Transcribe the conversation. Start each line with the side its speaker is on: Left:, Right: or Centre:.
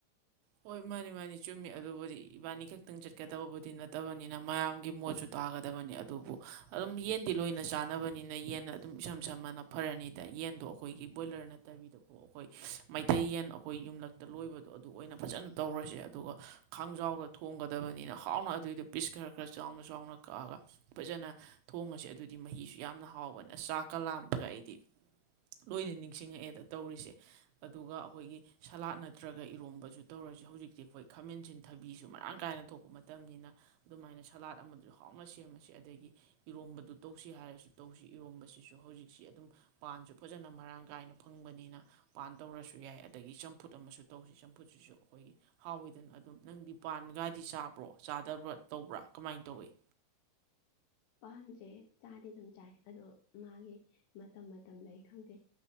Right: ꯍꯣꯏ ꯃꯥꯅꯤ ꯃꯥꯅꯤ ꯆꯨꯝꯃꯤ ꯑꯗꯨꯕꯨꯗꯤ ꯏꯕꯥꯅꯤ ꯈꯛꯇꯪ ꯆꯠꯀ ꯇꯧꯕꯗꯤ ꯅꯠꯇꯕꯅꯤꯅ ꯃꯌꯥꯝꯒꯤ ꯃꯣꯠꯁꯨ ꯇꯥꯒꯗꯕꯅꯤ ꯑꯗꯨꯕꯨ ꯑꯗꯨꯝ ꯌꯦꯟꯗꯤ ꯂꯣꯏꯅ ꯆꯥꯅꯕꯅꯤꯅ ꯌꯦꯟꯅꯟꯅ ꯑꯗꯨꯝ ꯏꯁꯝ ꯁꯝ ꯃꯅ ꯐꯔꯅꯤꯗ ꯌꯦꯟꯗꯣ ꯑꯩꯈꯣꯏꯒꯤ ꯕꯣꯏꯂꯔ ꯅꯠꯇꯕꯤꯗꯀꯣ ꯑꯩꯈꯣꯏ ꯃꯩꯇꯩ ꯌꯦꯟ ꯑꯩꯈꯣꯏ ꯌꯨꯝꯂꯛꯇ ꯂꯣꯏꯕꯗꯣ ꯑꯗꯨ ꯑꯣꯏꯅ ꯐꯖꯅ ꯇꯧꯔꯁꯦ ꯑꯗꯨꯒ ꯈꯥꯡꯖꯥꯎꯗ ꯊꯣꯡꯒꯗꯕꯅꯤꯅ ꯍꯥꯎꯅ ꯑꯗꯨꯏꯗꯣ ꯄꯤꯁ ꯈꯔ ꯈꯔ ꯆꯥꯎꯅ ꯆꯥꯎꯅ ꯀꯛꯑꯒ ꯐꯖꯅ ꯊꯣꯡꯉꯁꯦ ꯑꯗꯨꯗꯤ ꯃꯍꯤꯁꯨ ꯌꯥꯝꯅ ꯍꯥꯎꯕꯅꯤꯅ ꯆꯥꯛꯀ ꯂꯥꯝꯕꯒ ꯑꯩꯗꯤ ꯂꯣꯏꯅ ꯅꯤꯡꯁꯤꯡꯉꯛꯑꯦꯗ ꯇꯧꯔꯤꯁꯦ ꯑꯗꯨꯒ ꯑꯩꯈꯣꯏꯒꯤ ꯁꯂꯥꯠ ꯅꯠꯇ꯭ꯔꯒ ꯏꯔꯣꯝꯕꯁꯨ ꯇꯧꯔꯁꯤ ꯍꯧꯖꯤꯛꯇꯤ ꯑꯩꯈꯣꯏ ꯈꯥꯃꯦꯟꯁꯤꯟ ꯊꯕꯤꯁꯨ ꯃꯔꯥꯡ ꯀꯥꯏꯅ ꯊꯣꯛꯄ ꯃꯇꯝꯅꯤꯅ ꯑꯗꯨꯃꯥꯏꯅ ꯁꯂꯥꯠ ꯑꯃꯗꯨꯁꯨ ꯍꯥꯎꯅ ꯁꯦꯝꯃꯁꯤ ꯑꯗꯒꯤ ꯏꯔꯣꯝꯕꯗꯨ ꯇꯧꯁꯤ ꯍꯥꯏꯔꯁꯨ ꯇꯧꯁꯤ ꯏꯔꯣꯝꯕꯁꯤꯁꯨ ꯍꯧꯖꯤꯛꯁꯤ ꯑꯗꯨꯝ ꯄꯥꯟꯁꯨ ꯐꯖꯅ ꯃꯔꯥꯡ ꯀꯥꯏꯅ ꯐꯪꯕꯅꯤꯅ ꯄꯥꯟ ꯇꯧꯔꯁꯨ ꯌꯥꯏ ꯑꯗꯒꯤ ꯆꯝꯐꯨꯠ ꯑꯃꯁꯨ ꯇꯧꯁꯤ ꯆꯝꯐꯨꯠꯁꯤꯁꯨ ꯑꯩꯈꯣꯏꯒꯤ ꯍꯥꯎꯋꯤꯗꯅ ꯑꯗꯨꯝ ꯅꯪ ꯄꯥꯟꯒꯗꯤ ꯆꯥꯕ꯭ꯔꯣ ꯆꯥꯗꯕ꯭ꯔꯥ ꯇꯧꯕ꯭ꯔꯥ ꯀꯃꯥꯏꯅ ꯇꯧꯏꯤ
Left: ꯄꯥꯟꯁꯦ ꯆꯥꯗꯤ ꯑꯗꯨꯝ ꯆꯥꯏ ꯑꯗꯣ ꯃꯥꯒꯤ ꯃꯇꯝ ꯃꯇꯝꯗ ꯈꯪꯗꯦ